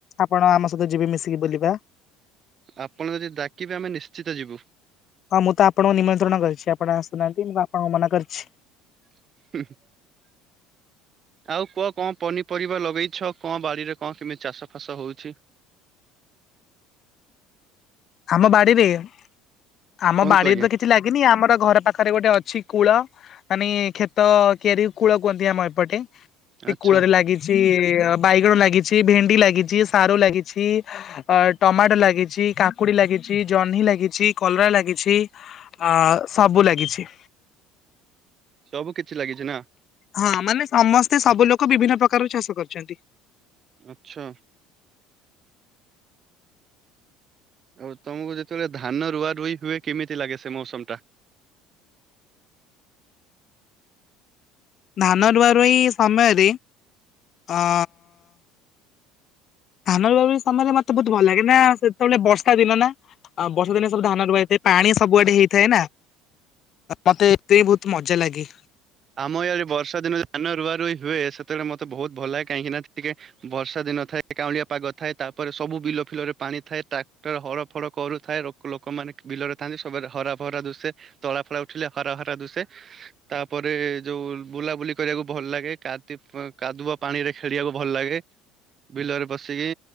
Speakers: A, on the left (about 45°); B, on the right (about 40°).
A: ଆପଣ ଆମ ସହିତ ଯିବେ ମିଶିକି ବୁଲିବା।
B: ଆପଣ ଯଦି ଡାକିବେ ଆମେ ନିଶ୍ଚିତ ଯିବୁ।
A: ହଁ ମୁଁ ତ ଆପଣଙ୍କୁ ନିମନ୍ତ୍ରଣ କରିଛି, ଆପଣ ଆସୁନାହାନ୍ତି ମୁଁ ଆପଣଙ୍କ ମନା କରିଛି।
B: <unintelligible> ଆଉ କୁଅ କଣ ପନିପରିବା ଲଗେଇଛ, କଣ ବାଡିରେ କଣ କେମିତି ଚାଷ ଫାସ ହଉଛି।
A: ହାମ ବାଡିରେ- ଆମ
B: କୁହନ୍ତୁ
A: ବାଡି
B: ଆଜ୍ଞା
A: <unintelligible> ତ କିଛି ଲାଗିନି ଆମର ଘର ପାଖରେ ଗୋଟେ ଅଛି କୂଳ। ଆନେ କ୍ଷେତ କିଆରି କୁ କୂଳ କୁହନ୍ତି ଆମ ଏପଟେ। <unintelligible>
B: ଆଚ୍ଛା
A: କୂଳରେ ଲାଗିଛି ବାଇଗଣ ଲାଗିଛି, ଭେଣ୍ଡିଲାଗିଛି, ସାରୁ ଲାଗିଛି, ଅ ଟମାଟ ଲାଗିଛି କା କୁଡି ଲାଗିଛି, ଜହ୍ନି ଲାଗିଛି, କଲରା ଲାଗିଛି ଆ ସବୁ ଲାଗିଛି।
B: ସବୁ କିଛି ଲାଗିଚି ନା।
A: ହଁ ମାନେ ସମସ୍ତେ ସବୁ ଲୋକ ବିଭିନ୍ନ ପ୍ରକାର ଚାଷ କରିଛନ୍ତି।
B: ଆଚ୍ଛା ଆଉ ତମକୁ ଯେତେବେଳେ ଧାନ ରୁଆରୁଇ ହୁଏ, କେମିତି ଲାଗେ ସେ ମୌସମଟା?
A: ଧାନ ରୁଆରୁଈ ସମୟରେ ଆ ଧାନ ରୁଆରୁଇ ସମୟରେ ମତେ ବହୁତ ଭଲ ଲାଗେ ନା, ସେତେବେଳେ ବର୍ଷା ଦିନ ନା ଆ ବର୍ଷା ଦିନ ସବୁ ଧାନ ରୁଆ ହେଇଥାଏ। ପାଣି ସବୁଆଡେ ହେଇଥାଏ ନା, ମତେ ଏଥେଇଁ ବହୁତ ମଜା ଲାଗେ।
B: ଆମ ଇଆଡେ ବର୍ଷା ଦିନ ଧାନ ରୁଆରୁଈ ହୁଏ, ସେତେବେଳେ ମତେ ବହୁତ ଭଲ ଲାଗେ କାହିଁକି ନା ଟିକେ ବର୍ଷା ଦିନ ଥାଏ, କାଉଁଳିଆ ପାଗ ଥାଏ। ତାପରେ ସବୁ ବିଲ ଫିଲରେ ପାଣି ଥାଏ, ଟ୍ରାକ୍ଟର ହର ଫଡ କରୁଥାଏ, ଲୋକ ଲୋକମାନେ ବିଲରେ ଥାନ୍ତି, ସବୁଆଦେ ହରା ଫରା ଦୁସେ, ତଳା ଫଳା ଉଠିଲେ ହରା ହରା ଦୁସେ ତାପ ପରେ ଯୋଉ ବୁଲାବୁଲି କରିବାକୁ ଭଲ ଲାଗେ, କାତି କାଦୁଅ ପାଣି ରେ ଖେଳିବାକୁ ଭଲ ଲାଗେ ବିଲରେ ବସିକି।